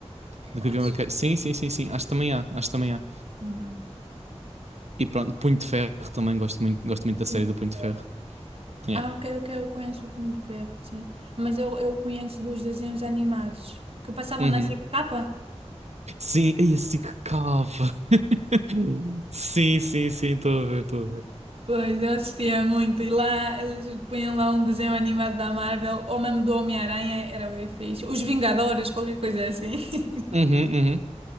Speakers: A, on the right; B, on the right.
A: eu
B: do Gavião
A: acho.
B: Arqueiro. Sim, sim, sim, sim, acho que também há, acho que também há.
A: Ah,
B: E pronto, Punho de Ferro também gosto muito, gosto muito da série
A: Punho
B: do
A: de
B: Punho
A: Ferro.
B: de Ferro. Yeah.
A: Ah, ok, ok, eu conheço o Punho de Ferro, sim. Mas eu, eu conheço dos desenhos animados que passavam
B: Uhum.
A: na SIC-Capa.
B: Sim, aí assim que cava. <laughs> Sim, sim, sim, estou a ver, estou a ver.
A: Pois, eu assistia muito e lá eles punham lá um desenho animado da Marvel ou mesmo do Homem-Aranha, era bem fixe. Os Vingadores, qualquer coisa assim. <laughs>
B: Uhum, uhum,